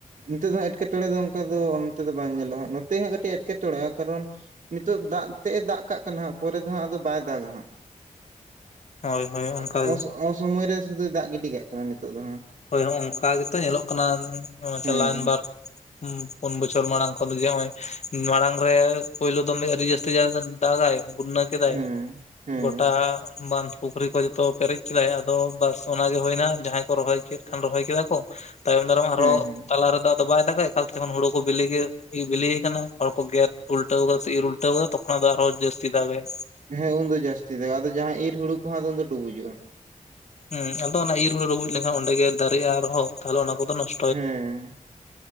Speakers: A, on the right; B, on the left.
A: ᱱᱤᱛᱚᱜ ᱫᱚ ᱦᱟᱸᱜ ᱮᱴᱠᱮᱼᱴᱚᱬᱮ ᱫᱚ ᱚᱱᱠᱟ ᱫᱚ ᱱᱚᱱᱛᱮ ᱫᱚ ᱵᱟᱝ ᱧᱮᱞᱚᱜᱼᱟ ᱱᱚᱛᱮ ᱦᱟᱸᱜ ᱠᱟᱹᱴᱤᱡ ᱮᱴᱠᱮᱼᱴᱚᱬᱮᱜᱼᱟ ᱠᱟᱨᱚᱱ, ᱱᱤᱛᱚᱜ ᱫᱟᱜ ᱛᱮᱜ ᱮ ᱫᱟᱜ ᱠᱟᱜ ᱠᱟᱱᱟ ᱦᱟᱸᱜ ᱯᱚᱨᱮ ᱫᱚ ᱦᱟᱸᱜ ᱟᱫᱚ ᱵᱟᱭ ᱫᱟᱜᱟ ᱦᱟᱸᱜ᱾
B: ᱦᱳᱭ ᱦᱳᱭ ᱚᱱᱠᱟ
A: ᱚ-ᱚ-ᱚᱥᱚ-ᱚᱥᱚᱢᱚᱭ
B: ᱜᱮ
A: ᱨᱮ ᱥᱩᱫᱩᱭ ᱫᱟᱜ ᱜᱤᱰᱤ ᱠᱟᱜ ᱠᱟᱱᱟ ᱱᱤᱛᱳᱜ ᱫᱚ ᱦᱟᱸᱜ᱾
B: ᱦᱳᱭ ᱦᱚᱸᱜ ᱚᱱᱠᱟ ᱜᱮᱛᱚ ᱧᱮᱞᱚᱜ ᱠᱟᱱᱟ ᱮᱸ
A: ᱦᱮᱸ
B: ᱪᱟᱞᱟᱣᱮᱱ ᱵᱟᱨ᱾ ᱦᱩᱸ ᱯᱩᱱ ᱵᱚᱪᱷᱚᱨ ᱢᱟᱲᱟᱝ ᱠᱷᱚᱱ ᱫᱚ ᱡᱮ ᱦᱚᱸ ᱚᱭ ᱢᱟᱲᱟᱝ ᱨᱮ ᱯᱳᱭᱞᱳ ᱫᱚᱢᱮ ᱟᱹᱨᱤ ᱡᱟᱹᱥᱛᱤᱭᱟ ᱠᱟᱱ᱾ ᱫᱟᱜᱟᱭ ᱵᱩᱱᱱᱟ ᱠᱮᱫᱟᱭ᱾
A: ᱦᱮᱸ ᱦᱮᱸ
B: ᱜᱚᱴᱟ ᱵᱟᱸᱫᱷ ᱯᱩᱠᱷᱨᱤ ᱠᱚ ᱡᱚᱛᱚ ᱯᱮᱨᱮᱡ ᱠᱮᱫᱟᱭ ᱟᱫᱚ ᱵᱟᱥ ᱚᱱᱟᱜᱮ ᱦᱚᱭᱱᱟ ᱡᱟᱦᱟᱸᱭ ᱠᱚ ᱨᱚᱦᱚᱭ ᱠᱮᱫ ᱠᱷᱟᱱ ᱨᱚᱦᱚᱭ ᱠᱮᱫᱟ ᱠᱚ ᱛᱟᱭᱚᱢ ᱫᱟᱨᱟᱢ ᱟᱨᱦᱚᱸ
A: ᱦᱮᱸ ᱦᱮᱸ
B: ᱛᱟᱞᱟ ᱨᱮᱫᱚ ᱟᱫᱚ ᱵᱟᱭ ᱫᱟᱜᱟ ᱮᱠᱟᱞ ᱛᱮ ᱡᱚᱠᱷᱚᱱ ᱦᱩᱲᱩ ᱠᱚ ᱵᱤᱞᱤ ᱜᱮ ᱤ ᱵᱤᱞᱮᱭ ᱟᱠᱟᱱᱟ ᱦᱚᱲ ᱠᱚ ᱜᱮᱫ ᱩᱞᱴᱟᱹᱣ ᱠᱟᱫᱟ ᱥᱮ ᱤᱨ ᱩᱞᱴᱟᱹᱣ ᱠᱟᱫᱟ ᱛᱚᱠᱷᱚᱱ ᱟᱫᱚ ᱟᱨᱦᱚᱸ ᱡᱟᱹᱥᱛᱤ ᱫᱟᱜᱟᱭ᱾
A: ᱦᱮᱸ ᱩᱱᱫᱚ ᱡᱟᱹᱥᱛᱤ ᱫᱟᱜᱟᱭ ᱟᱫᱚ ᱡᱟᱦᱟᱸ ᱤᱨ ᱦᱩᱲᱩ ᱠᱚᱦᱚᱸ ᱟᱫᱚ ᱰᱩᱵᱩᱡᱚᱜᱼᱟ᱾
B: ᱦᱮᱸ ᱟᱫᱚ ᱚᱱᱟ ᱤᱨ ᱦᱩᱲᱩ ᱰᱩᱵᱩᱡ ᱞᱮᱱᱠᱷᱟᱱ ᱚᱸᱰᱮ ᱜᱮ ᱫᱟᱨᱮᱜᱼᱟ ᱟᱨᱦᱚᱸ᱾ ᱛᱟᱦᱚᱞᱮ ᱚᱱᱟ ᱠᱚᱫᱚ ᱱᱚᱥ
A: ᱦᱮᱸ